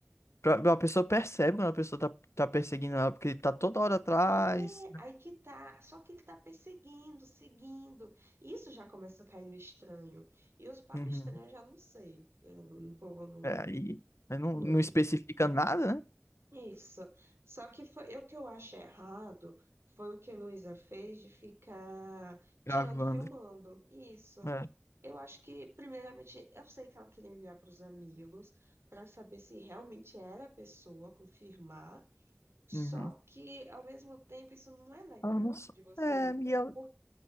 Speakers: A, on the left; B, on the right.
A: pra- A pessoa percebe quando a pessoa tá, tá perseguindo ela, porque tá toda hora atrás.
B: é aí que tá, só que ele tá perseguindo, seguindo, isso já começa a cair no estranho, e os papos
A: Uhum.
B: estranhos eu já não sei, eu, o povo não.
A: É, aí aí não,
B: Não,
A: não especifica nada, né?
B: Isso. Só que foi, o que eu acho errado foi o que a Luísa fez de ficar tirando,
A: Gravando.
B: filmando. Isso.
A: É.
B: Eu acho que, primeiramente, eu sei que ela queria enviar para os amigos para saber se realmente era a pessoa, confirmar. Só
A: Uhum.
B: que, ao mesmo tempo, isso não é legal
A: Ela não só.
B: de você.
A: É, e ela-
B: por-